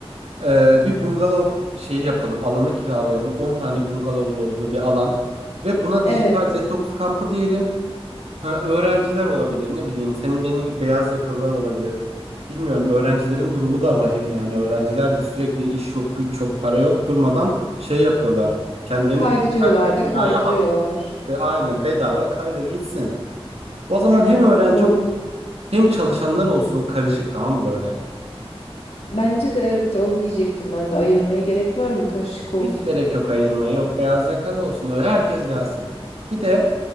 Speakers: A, on the right; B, on the left.
A: e, bir bungalov şeyi yapalım. Alanı kiralayalım. on tane bungalovun olduğu bir alan. Ve buna
B: Evet.
A: dijital detoks kampı diyelim. Ha, öğrenciler olabilir ne bileyim senin benim gibi beyaz yakalılar olabilir. Bilmiyorum öğrencilerin durumu da vahim yani öğrenciler de sürekli iş yok güç yok para yok durmadan şey yapıyorlar. Kendilerini
B: Kaydırıyorlar
A: dijital bir
B: da
A: dünyaya
B: kaydırıyorlar.
A: hapsediyor ve aynen bedava kaydır gitsin. O zaman hem öğrenci
B: Doğru.
A: hem çalışanlar olsun karışık tamam mı böyle?
B: Bence de evet onu diyecektim ben de. Ayırmaya gerek var mı? Karışık olsun.
A: Hiç gerek yok ayırmaya. Yok beyaz yakalı olsun öyle. Herkes gelsin. Bir de